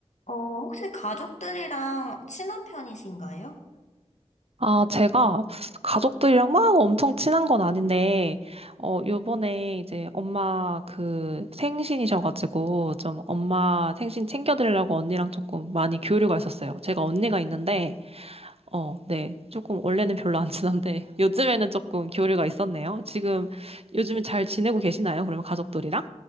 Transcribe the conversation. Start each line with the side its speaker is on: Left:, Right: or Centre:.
Left: 어, 혹시 가족들이랑 친한 편이신가요?
Right: 아, 제가 가족들이랑 막 엄청 친한 건 아닌데, 어, 요번에 이제 엄마 그 생신이셔가지고, 좀 엄마 생신 챙겨드리려고 언니랑 조금 많이 교류가 있었어요. 제가 언니가 있는데, 어, 네. 조금 원래는 별로 안 친한데, <laughs> 요즘에는 조금 교류가 있었네요. 지금, 요즘 잘 지내고 계시나요? 그러면 가족들이랑?